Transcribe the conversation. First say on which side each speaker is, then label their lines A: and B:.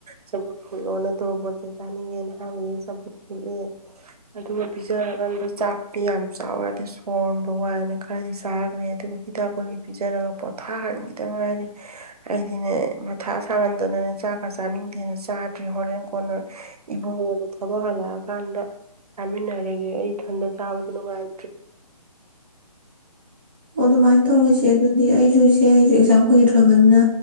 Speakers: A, on the right (about 70°); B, on the right (about 15°).
A: ꯆ ꯐꯨ ꯂꯣꯟꯅ ꯇꯧꯕ ꯄꯣꯠꯇ ꯆꯥꯅꯤꯡꯉꯦꯅ ꯊꯕ ꯆꯄꯨꯠ ꯐꯦ ꯑꯗꯨꯒ ꯄꯤꯖꯔꯀꯥꯟꯗ ꯆꯥꯛꯇꯤ ꯌꯥꯝ ꯆꯥꯎꯔꯗꯤ ꯁꯣꯟꯕ ꯋꯥꯏꯅ ꯈꯔꯗꯤ ꯆꯥꯈ꯭ꯔꯦ ꯑꯗꯨꯒ ꯍꯤꯗꯥꯛ ꯀꯨꯂꯤ ꯄꯤꯖꯔꯒ ꯄꯣꯊꯥꯍꯟꯈꯤꯗꯪ ꯉꯗꯤ ꯑꯩꯗꯤꯅꯦ ꯃꯊꯥ ꯁꯥꯡꯍꯟꯗꯅꯅꯦ ꯆꯥꯛ ꯈꯔ ꯆꯥꯅꯤꯡꯗꯦꯅ ꯆꯥ ꯔꯤ ꯍꯣꯔ ꯀ ꯃꯉꯣꯗ ꯊꯕꯛ ꯍꯜꯂꯛꯑꯀꯥꯟꯗ ꯆꯥꯃꯤꯟꯅꯔꯒꯦ ꯑꯩ ꯏꯊꯟꯗ ꯆꯥꯕ ꯅꯨꯡꯉꯥꯏ
B: ꯑꯣ ꯑꯗꯨꯃꯥꯏꯅ ꯇꯧꯔꯨꯁꯦ ꯑꯗꯨꯗꯤ ꯑꯩꯁꯨꯨꯁꯦ ꯑꯩꯁꯨ ꯑꯦꯛꯖꯥꯝ ꯀꯨꯏꯔꯕꯅꯤꯅ